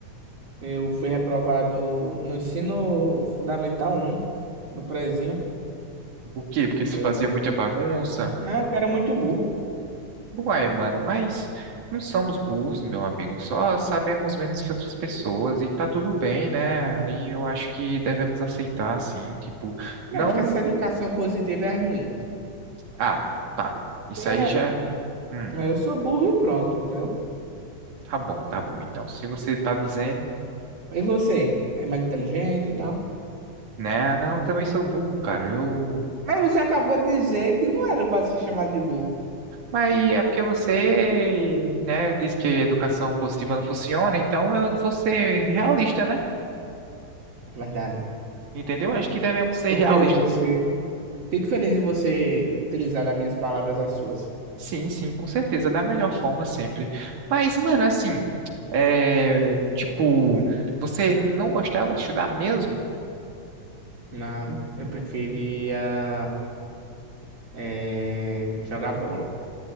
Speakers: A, on the right (about 55°); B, on the right (about 80°).
A: Eu fui reprovado no ensino fundamental um no prezinho,
B: Por quê? Porque
A: porque
B: você
A: eu
B: fazia
A: era,
B: muita bagunça?
A: ah, eu era muito burro.
B: Uai, mano, mas não somos burros, meu amigo. Só sabemos menos que outras pessoas e tá tudo bem, né? E eu acho que devemos aceitar, assim, tipo,
A: Não,
B: não.
A: acho que essa educação positiva é ruim.
B: Ah, tá. Isso
A: É,
B: aí já. é, Hum,
A: ah, eu sou burro e pronto, entendeu?
B: tá bom, tá bom. Então, se você tá dizendo,
A: E você? É mais inteligente e tal?
B: né? "Ah, Não, eu também sou burro, cara. Eu.
A: Mas você acabou de dizer que não era para se chamar de burro.
B: Mas é porque você, né, disse que educação positiva não funciona, então eu vou ser realista, né?
A: É Verdade.
B: Entendeu? Acho que devemos ser
A: Fico
B: realistas.
A: feliz em você. Fico feliz em você utilizar as minhas palavras as suas.
B: Sim, sim, com certeza, da melhor forma sempre. Mas, mano, assim, é, tipo, você não gostava de estudar mesmo?
A: Não, eu preferia eh, jogar bola.